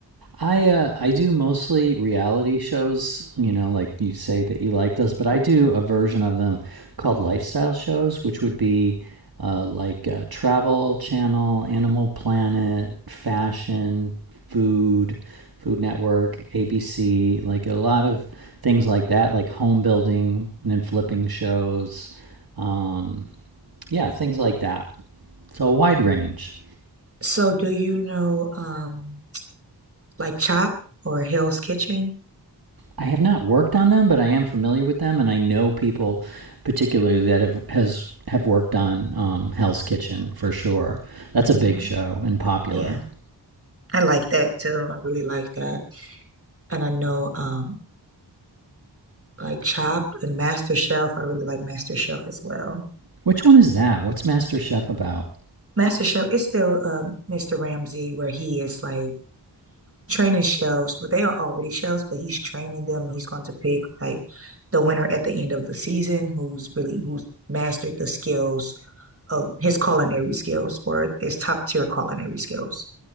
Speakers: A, on the right; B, on the right.
A: I uh, I do mostly reality shows, you know, like you say that you like those, but I do a version of them called lifestyle shows, which would be uh, like uh, Travel Channel, Animal Planet, fashion, food, Food Network, ABC, like a lot of things like that, like home building and flipping shows, um, yeah, things like that. So a wide range.
B: So do you know um like Chop or Hell's Kitchen?
A: I have not worked on them, but I am familiar with them, and I know people, particularly that have has have worked on um, Hell's Kitchen for sure. That's a
B: Yeah.
A: big show and popular.
B: Yeah. I like that too. I really like that. And I know um like Chopped and MasterChef. I really like MasterChef as well.
A: Which one is that? What's Master Chef about?
B: MasterChef is still um Mr. Ramsay where he is like training chefs, but they are already chefs, but he's training them and he's going to pick like the winner at the end of the season who's really who's mastered the skills of his culinary skills or his top tier culinary skills.